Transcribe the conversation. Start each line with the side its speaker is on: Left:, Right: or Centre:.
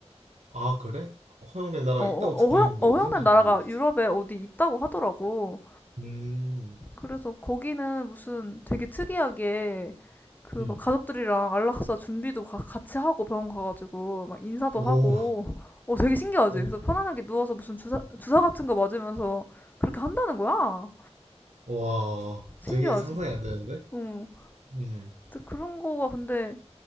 Right: 아, 그래? 허용된 나라
Left: 어, 어,
Right: 있다고
Left: 어,
Right: 듣긴
Left: 허용,
Right: 했는데
Left: 어,
Right: 어딘지
Left: 허용된 나라가
Right: 모르겠어.
Left: 유럽에 어디 있다고 하더라고.
Right: 음,
Left: 그래서 거기는 무슨 되게 특이하게 그
Right: 음.
Left: 막 가족들이랑 안락사 준비도 가- 같이 하고 병원 가가지고 막 인사도
Right: 오,
Left: 하고 어 되게 신기하지.
Right: 어,
Left: 그래서 편안하게 누워서 무슨 주사 주사 같은 거 맞으면서 그렇게 한다는 거야.
Right: 와,
Left: 신기하지.
Right: 되게 상상이 안 되는데?
Left: 응.
Right: 음,
Left: 그런 거가 근데